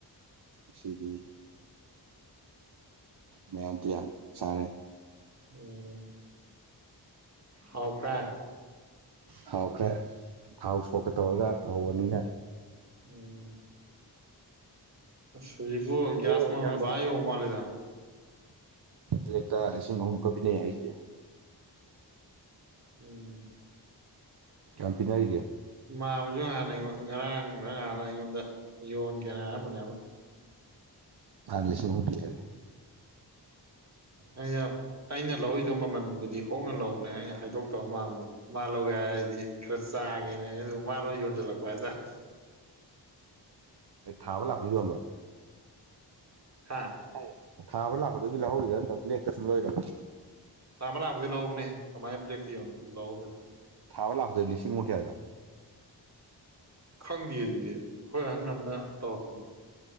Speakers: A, on the right; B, on the right.
A: ꯑꯁꯗꯤ ꯃꯌꯥꯝꯇ ꯁꯥꯔꯦ
B: ꯎꯝ ꯍꯥꯎꯈ
A: ꯊꯥꯎꯈ꯭ꯔꯦ ꯊꯥꯎ ꯁꯣꯛꯀ ꯇꯧꯔꯒ ꯇꯧꯍꯧꯕꯅꯤꯅ
B: ꯎꯝ ꯁꯨꯖꯤꯕꯨꯨ
A: ꯍꯧꯖꯤꯛꯄꯨ
B: ꯭ꯌꯥꯁ ꯃꯟ
A: ꯒ꯭ꯌꯥꯁ
B: ꯥꯏ ꯑꯣꯏ ꯃꯥ ꯂꯩꯦꯗ
A: ꯇꯦꯛꯇ ꯂꯤꯁꯤꯡ ꯑꯍꯨꯝ ꯀꯛ ꯄꯤꯅꯩ ꯍꯥꯏꯁꯤꯁꯦ
B: ꯎꯝ
A: ꯀꯌꯥꯝ ꯄꯤꯅꯔꯤꯒꯦ
B: ꯃꯥꯝꯕꯁꯨ ꯍꯥꯟꯅ ꯑꯩꯉꯣꯟ ꯉꯔꯥꯡꯗ ꯍꯥꯟꯅ ꯑꯩꯉꯣꯟꯗ ꯌꯣꯟꯒꯦꯅ ꯍꯥꯏꯔꯝꯕ
A: ꯍ ꯐꯥꯟꯂꯤꯁꯤꯡ ꯍꯕꯤ ꯍꯥꯏꯔꯦ
B: ꯑꯩꯅ ꯑꯩꯅ ꯂꯧꯔꯤꯗꯣ ꯃꯃꯜꯕꯨꯗꯤ ꯍꯣꯡꯅ ꯂꯧꯕꯅꯦ ꯑꯩꯅ ꯍꯥꯏꯗꯣꯛꯇꯕ ꯃꯥꯟꯕꯗ ꯃꯥ ꯂꯧꯒꯦ ꯍꯥꯏꯔꯗꯤ ꯈꯔ ꯆꯥꯒꯦꯅꯦ ꯑꯗꯨꯒ ꯃꯥꯅ ꯌꯣꯟꯁꯤꯜꯂꯛꯄ ꯍꯥꯏꯇꯥꯔꯦ
A: ꯑꯩ ꯊꯥꯕ ꯂꯥꯛꯄ ꯌꯣꯟꯕ
B: ꯍꯥ
A: ꯍꯝ ꯊꯥꯕ ꯂꯥꯛꯄꯗꯨꯗꯒꯤ ꯂꯧꯍꯧꯔꯤꯗ ꯅꯟ ꯕ꯭ꯂꯦꯛꯇ ꯁꯨꯝ ꯂꯣꯏꯔꯔꯕꯅꯤꯗꯣ
B: ꯇꯕꯂꯒꯗ ꯂꯥꯎꯎꯕꯅꯦ ꯀꯃꯥꯏ ꯭ꯂꯛꯇ ꯂꯎꯕ
A: ꯊꯥꯕ ꯂꯥꯛꯗꯣꯏꯦ ꯂꯤꯁꯤꯡꯃꯨꯛ ꯀꯌꯥꯒ
B: ꯈꯪꯗꯦ ꯑꯗꯨꯗꯤ ꯍꯣꯏ ꯑꯍꯟ ꯑꯃꯅ ꯇꯧꯔꯛꯄꯅꯤ